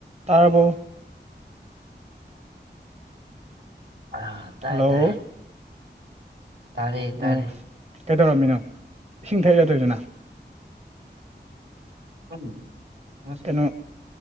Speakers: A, on the right; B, on the right.
A: ꯇꯥꯔꯕꯣ
B: ꯑ ꯇꯥꯏ
A: ꯍꯜꯂꯣ
B: ꯇꯥꯏ ꯇꯥꯔꯦ ꯇꯥꯔꯦ
A: ꯑꯣ ꯀꯩꯗꯧꯔꯝꯃꯤꯅꯣ ꯏꯁꯤꯡ ꯊꯛꯏꯔ ꯇꯧꯔꯤꯗꯨꯅ
B: ꯎꯝ ꯎ
A: ꯀꯩꯅꯣ